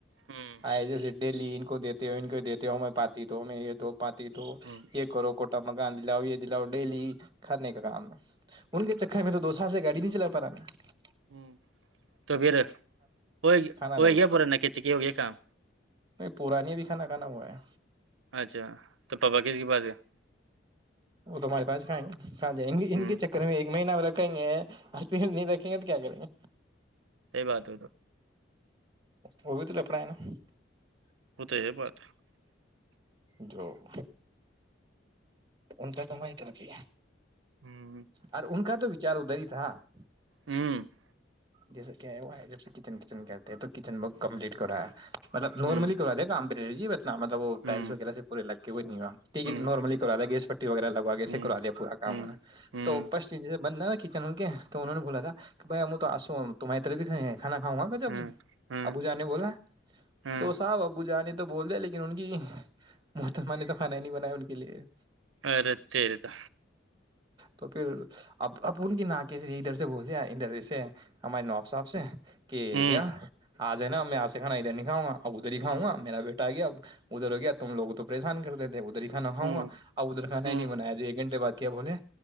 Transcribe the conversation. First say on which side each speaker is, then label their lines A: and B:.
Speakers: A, on the right; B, on the right.
A: ہوں
B: آئے <unintelligible> ڈیلی ان کو دیتے ہو ان کو دیتے ہو میں پاتی تو یہ دو پاتی <unintelligible> دو
A: ہوں
B: یہ کرو ک <unintelligible> مہاتما گاند لاو یہےی لاؤ ڈیلی <unintelligible> کرنے کا کام ہے ان کے <unintelligible> تو دوسر سے گاڑی نہیں چلا پا رہا میں <unintelligible>
A: ہ تو پھر وہ
B: کھانا الگ
A: گیا
B: الگ
A: پورا
B: کر
A: نکچک ہو گیا کام
B: دیں پورانی ابھی کھانا کھانا ہوا ہے
A: اچھا تو پاپا کس کی باس ہے <unintelligible>
B: وہ تمہارےاسھائاں ج ان
A: ہوں
B: کے چکر میں ایک مہینہ میں رکھیں گے نہیں رکھیں گے تو کیا کریں گے
A: سی بات ہو تو <unintelligible>
B: وہ بھی تو لپڑ ہے ن <unintelligible>
A: وہ تو ہے بات <unintelligible>
B: جو <unintelligible> ان کا تو ماہت ہے کہ
A: ہوں
B: اور ان کا تو وچار ادھر ہی <unintelligible> اچ ہاں <unintelligible>
A: ہوں <unintelligible>
B: جیسا کیا ہے ہے جب سےچن کچن کہتے ہیں تو کچن ک کمپلیٹ کروایا مطلب نارملی
A: ہوں
B: کرا دیام <unintelligible> ن مطلب وہ
A: ہوں
B: ائلس وغیرہ سے پورے لگے <unintelligible> ہٹیک
A: ہوں
B: نارملی
A: ہوں
B: <unintelligible> ا گیس پٹی وغیرہ لگوا کے اسے
A: ہوں
B: کرا دیا پورا کام
A: ہوں
B: ہونا
A: ہوں
B: تو پ سے <unintelligible> بننا <unintelligible> ل کے تو انہوں نے بولا تھا کہ بھائی تو آسو تمہاری طرف بھی کانا کھاؤں گا
A: ہوں ہوں
B: ابو جا نے بولا
A: ہوں
B: تو صاحبب <unintelligible> ب جانے تو بول دیا لیکن ان کی محتمہ نے تو فن ہی نہیں بنا ان کے لیے
A: ارے تیرے تو
B: تو پھر اب اب ان کی ن کیس ادھر سے بولےیا ادھر سے ہماریے ناب صاحب سے کہ
A: ہوں
B: ریا آ جائے نا ہم میں آسے کانا ا د نہیں کھاؤ گ ادھر ہی کاؤ گا میرا بیٹا آ گیا ادھر ہو گیا تم لوگ تو پریشان کرتے تھے ادھر ہی کھانا کاؤںا
A: ہوں
B: ابدر خانا
A: ہوں
B: ہی نہیں بنایا تو ایک گھنٹے بعد کیا بولے